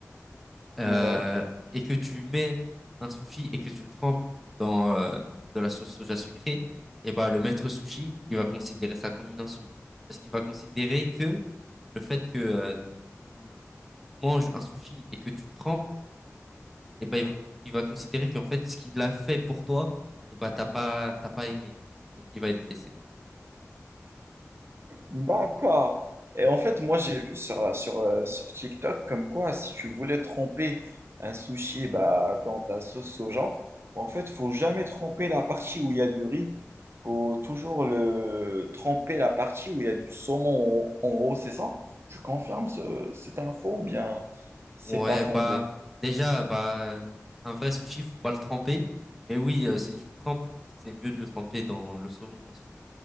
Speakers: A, in the centre; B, on the right.
A: euh,
B: Ouais.
A: et que tu mets un sushi et que tu le trempes dans euh, de la sauce soja sucrée, et ben le maître sushi, il va considérer ça comme une insulte. Parce qu'il va considérer que le fait que euh, tu manges un sushi et que tu le trempes, et ben il va, il va considérer qu'en fait, ce qu'il a fait pour toi, et ben t'as pas, t'as pas aimé. Donc il va être blessé.
B: D'accord. Et en fait, moi, j'ai vu sur, euh, sur, euh, sur TikTok comme quoi, si tu voulais tremper un sushi bah, dans de la sauce soja, en fait, faut jamais tremper la partie où il y a du riz. faut toujours le tremper la partie où il y a du saumon en, en haut, c'est ça? Tu confirmes ce- cette info ou bien... C'est
A: Ouais,
B: pas fondé.
A: bah déjà, bah un vrai sushi, faut pas le tremper. Mais oui, euh, si tu le trempes, c'est mieux de le tremper dans le saumon parce que